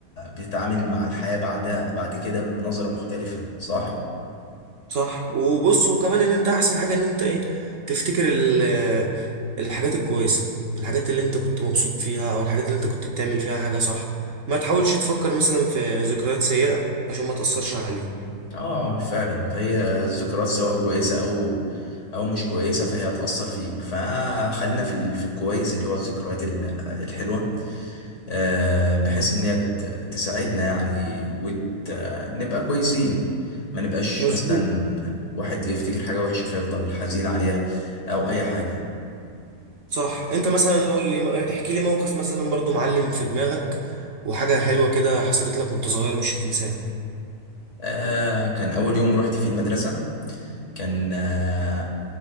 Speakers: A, on the left; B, on the right.
A: بتتعامل مع الحياة بعدها بعد كده بنظرة مختلفة صح؟
B: صح وبص وكمان ان انت احسن حاجة ان انت ايه تفتكر ال- آه، الحاجات الكويسة الحاجات اللي انت كنت مبسوط فيها او الحاجات اللي انت كنت بتعمل فيها حاجة صح ما تحاولش تفكر مثلا في ذكريات سيئة عشان ما تأثرش عليك
A: اه فعلا فهي الذكريات سواء كويسه او او مش كويسه فهي هتاثر فيك فخلينا في ال- في الكويس اللي هو الذكريات ال- الحلوه آه بحيث ان هي ت- تساعدنا يعني ونبقى كويسين ما نبقاش
B: مظبوط
A: مثلا واحد يفتكر حاجه وحشه فيفضل حزين عليها او اي حاجه
B: صح انت مثلا قول لي احكي لي موقف مثلا برضو معلم في دماغك وحاجة حلوة كده حصلت لك وانت صغير مش هتنساها
A: آه كان اول يوم رحت فيه المدرسه كان آه،